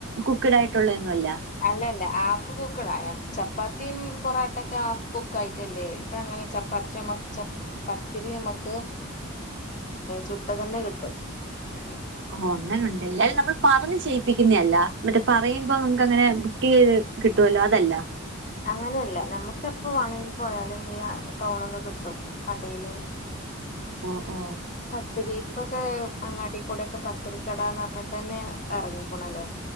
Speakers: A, on the right (about 60°); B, on the left (about 35°).
A: കുക്ക്ഡ് ആയിട്ടുള്ളൊന്നും അല്ല
B: അല്ല അല്ല ഹാഫ് കുക്കടാ ഞ ചപ്പാത്തിം പൊറോട്ട ഒക്കെ ഹാഫ് കുക്കായിട്ടല്ലേ ഇതങ്ങനെ ചപ്പാത്തിരി നമക് ചപ്പാപത്തിരി നമക്ക്എഹ് ചുട്ട തന്നെ കിട്ടും ഉം
A: ഓഹ് അങ്ങനെ ഇണ്ട്ല്ലെ. അത് നമ്മൾ പറഞ്ഞ് ചെയ്യിപ്പിക്കുന്ന അല്ല മറ്റേ പറയുമ്പോ നമുക്ക് അങ്ങനെ കുക്ക് ചെയ്ത് കിട്ടു അല്ലോ അതല്ല
B: അങ്ങനെയല്ല. നമക്ക് എപ്പോ വാണെണങ്കിലും പോയാലും ഈ ടൗൺന്ന് കിട്ടും കടേല്
A: ഓ ഓ
B: പത്തിരിക്കൊക്കെ അങ്ങാടി കൂടെ ഒക്കെ പത്തിരിക്കടാന്ന് പറഞ്ഞിട്ടെന്നെ എറങ്ങിക്ക്ണല്ലോ